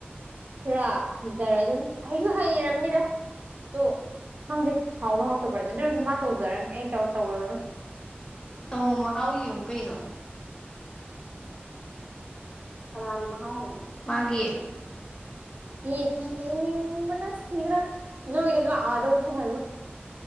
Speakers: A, on the right; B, on the left.
A: ꯈꯔ ꯍꯩꯖꯔꯖꯅꯤ ꯍꯩꯁꯨ ꯍꯩꯔꯝꯅꯤꯗ ꯑꯗꯨ ꯈꯪꯗꯦ ꯍꯥꯎꯕ꯭ꯔꯥ ꯍꯥꯎꯇꯕ꯭ꯔꯥꯗꯤ ꯑꯗꯨ ꯑꯣꯏꯔꯁꯨ ꯃꯥ ꯇꯧꯖꯔꯅꯤ ꯑꯩ ꯇꯧ ꯇꯧꯔꯔꯣꯏ
B: ꯅꯣꯡꯃ ꯃꯍꯥꯎ ꯌꯦꯡꯉꯨ ꯀꯩꯅꯣ ꯀꯅꯥꯒꯤ ꯃꯍꯥꯎꯅꯣ ꯃꯥꯒꯤ
A: ꯌꯦ
B: ꯎꯝ
A: ꯌꯦꯡꯅꯤꯡꯕꯅ ꯁꯤꯒꯗꯧꯔꯦ ꯅꯣꯏꯗ ꯂꯥꯛꯑꯣ ꯑꯗꯨꯒ ꯊꯣꯡꯍꯜꯂꯣ